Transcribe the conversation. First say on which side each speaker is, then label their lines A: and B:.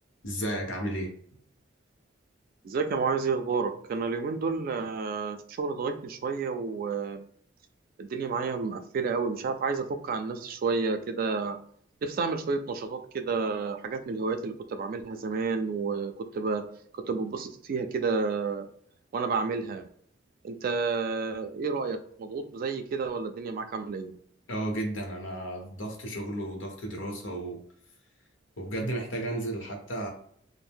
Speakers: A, on the left; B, on the right.
A: ازيك عامل ايه؟
B: ازيك يا معاذ ايه اخبارك انا اليومين دول آه، الشغل ضغطني شويه والدنيا معايا مقفله قوي مش عارف عايز افك عن نفسي شويه كده نفسي اعمل شويه نشاطات كده حاجات من الهوايات اللي كنت بعملها زمان وكنت ب... كنت بتبسط فيها كده وانا بعملها انت ايه رايك مضغوط زي كده ولا الدنيا معاك عامله ايه
A: اه جدا انا في ضغط شغل وضغط دراسة و... وبجد محتاج انزل حتى